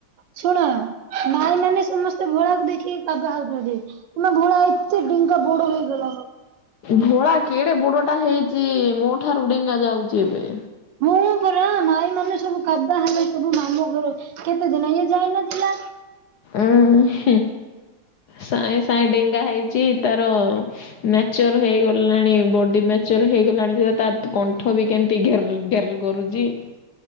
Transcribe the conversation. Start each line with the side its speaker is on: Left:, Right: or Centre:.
Right: ଶୁଣ ମାଇ ମାନେ ସମସ୍ତେ ଭୋଳାକୁ ଦେଖିକି କବା ହଉଚତି ତୁମେ ଭୋଳାକୁ ସେ ଡିଙ୍କା ବଡ ହେଇଗଲା ଲୋ।
Left: ଘୋଳା କେଡେ ବୋଡୋଟା ହେଇଚି ମୋ ଠାରୁ ଡେଙ୍ଗା ଯାଉଚି ଏବେ।
Right: ହେଁ ପରା ମାଇ ମାନେ ସବୁ କାବା ହେଲେ ସବୁ ମାମୁ ଘର କେତେ ଦିନ ଇଏ ଯାଉନଥିଲା।
Left: ଉଁ ହୁ ସାଇଁ ସାଇଁ ଡେଙ୍ଗା ହେଉଛି ତାର ମ୍ୟାଚୋର ହେଇଗଲାଣି ବଡି ମ୍ୟାଚୋର ହେଇଗଲାଣି ସେ ତା କଣ୍ଠ ବି କେମ ଟି ଘେର୍‌ ଘେର୍ କରୁଚି।